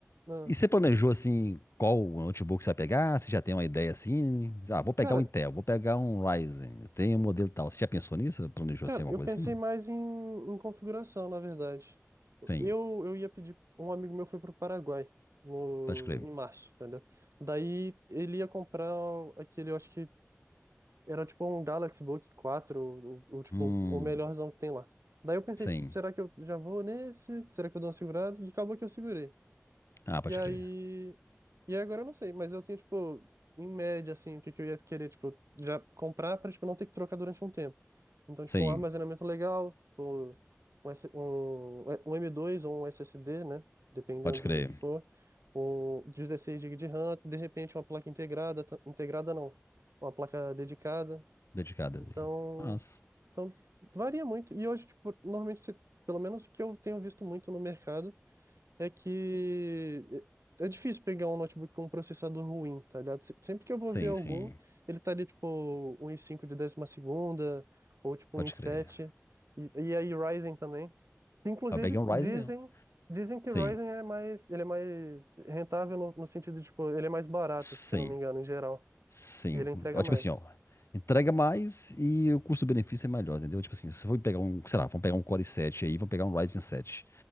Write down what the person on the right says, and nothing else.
Ah,
cara,
cara,
eu
pensei
mais em, em configuração, na verdade.
Eu, eu ia pedir, um amigo meu foi pro Paraguai no,
em março, tá ligado? Daí ele ia comprar aquele, eu acho que Era tipo um Galaxy Book quatro o, o, o, tipo,
o melhorzão que tem lá. Daí eu pensei,
tipo, será que eu já vou nesse? Será que eu dou uma segurada? E acabou que eu segurei.
E aí.
E aí agora eu não sei, mas eu tenho, tipo, em média, assim, o que que eu ia querer, tipo, já comprar pra, tipo, não ter que trocar durante um tempo. Então,
tipo, um armazenamento legal, tipo, um, S- um, um m dois ou um SSD, né? Dependendo
do
que que for. Um 16 GB de RAM, de repente uma placa integrada, ta- integrada não uma placa dedicada.
Então,
então varia muito. E hoje, tipo, normalmente, você- pelo menos o que eu tenho visto muito no mercado, é que é é difícil pegar um notebook com um processador ruim, tá ligado? Se- Sempre que eu vou
ver algum,
ele tá ali, tipo, um i cinco de décima segunda, ou tipo
um i sete
e, e aí Ryzen também. Inclusive,
dizem,
dizem que
Ryzen é mais, ele é mais rentável no, no sentido de, tipo, ele é mais barato,
se eu não me engano, em geral.
E ele entrega
mais.